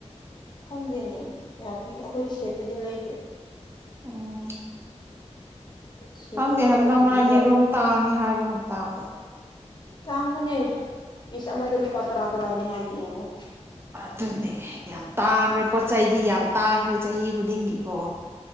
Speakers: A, on the left; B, on the right.
A: ꯈꯪꯗꯦꯅꯦ ꯀꯌꯥ ꯄꯤꯔ ꯑꯩꯈꯣꯏꯒꯤ ꯁꯦꯠꯇꯗꯤ ꯂꯩꯇꯦ
B: ꯑꯣ
A: ꯁꯦꯠꯇ
B: ꯈꯪꯗꯦ ꯍꯟꯗꯛ
A: ꯂꯩꯗꯕꯤꯗ
B: ꯃꯔꯥꯡ ꯌꯦꯔꯨꯝ ꯇꯥꯡꯉꯦ ꯍꯥꯏꯕꯒꯨꯝ ꯇꯥꯕ
A: ꯆꯥꯡꯕꯅꯦ ꯄꯤꯁ ꯑꯃꯗ ꯂꯨꯄꯥ ꯇꯔꯥ ꯇꯔꯥꯅꯤ ꯍꯥꯏꯗꯤ ꯌꯦꯡꯉꯣ
B: ꯑꯗꯨꯅꯦ ꯌꯥꯝ ꯇꯥꯡꯈ꯭ꯔꯦ ꯄꯣꯠ ꯆꯩꯗꯤ ꯌꯥꯝ ꯇꯥꯡꯈ꯭ꯔꯦ ꯆꯍꯤ ꯈꯨꯗꯤꯡꯒꯤꯀꯣ